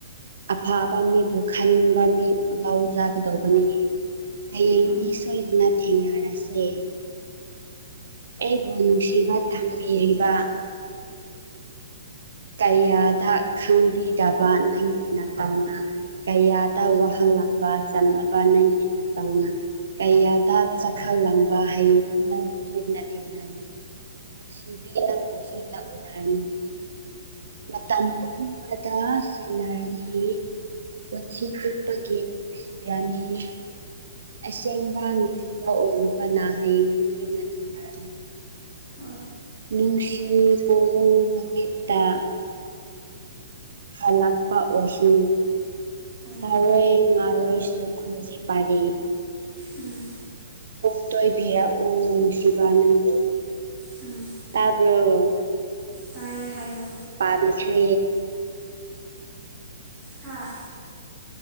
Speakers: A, on the right; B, in the centre.
A: ꯑꯐꯕ ꯃꯤꯕꯨ ꯈꯟꯕ ꯃꯤꯕꯨ ꯂꯧ ꯆꯥꯒꯗꯧꯕꯅꯤ ꯍꯌꯦꯡꯗꯤ
B: ꯍꯣꯏ
A: ꯁꯣ ꯁꯣꯏꯗꯅ ꯊꯦꯡꯅꯔꯁꯦ ꯑꯩꯕꯨ ꯅꯨꯡꯁꯤꯕ ꯇꯝꯕꯤꯔꯤꯕ ꯀꯌꯥꯗ ꯈꯪꯕꯤꯗꯕ ꯅꯪꯒꯤ ꯅꯇꯥꯎꯅ ꯀꯌꯥꯗ ꯋꯥꯍꯜ ꯂꯕ ꯆꯝꯅꯕ ꯅꯪꯒꯤ ꯅꯇꯧꯅ ꯀꯌꯥꯗ ꯆꯥꯛꯈꯪꯂꯝꯕ ꯍꯩꯡꯗꯤ ꯅꯪꯕꯨ ꯁꯣꯏꯗꯅ ꯊꯦꯡꯅꯔꯅꯤ ꯅꯨꯡꯁꯤꯕꯤ ꯅꯪꯕꯨ ꯁꯣꯏꯗꯅ ꯎꯅꯔꯅꯤ ꯃꯇꯝ ꯄꯨꯝꯕꯗ ꯁꯦꯟꯅꯔꯅꯤ ꯄꯨꯟꯁꯤ ꯆꯨꯞꯄꯒꯤ ꯅꯨꯡꯁꯤꯔꯅꯤ ꯑꯁꯦꯡꯕ ꯅꯨꯡꯁꯤꯕ ꯑꯣꯏꯔꯨꯕꯅ ꯍꯌꯦꯡꯗꯤ ꯁꯣꯏꯅ ꯊꯦꯡꯅꯔꯅꯤ
B: ꯍꯣꯏ
A: ꯅꯨꯡꯁꯤ ꯀꯣꯔꯧ ꯅꯨꯃꯤꯠꯇ ꯍꯜꯂꯛꯄ ꯑꯣꯏꯁꯅꯨ
B: ꯎꯝ
A: ꯆꯔꯣꯏ ꯉꯥꯔꯣꯏꯁꯨ ꯈꯨꯟꯖꯤ ꯄꯥꯔꯤ
B: ꯎꯝ
A: ꯄꯣꯡꯗꯣꯏꯕꯤꯔꯛ ꯎ ꯅꯨꯡꯁꯤꯕ ꯅꯪꯕꯨ
B: ꯎꯝ
A: ꯇꯥꯕꯔꯣ
B: ꯇꯥꯢꯌꯦ ꯍꯥꯏꯌꯣ
A: ꯄꯥꯔꯤꯁꯦ
B: ꯍꯥꯥ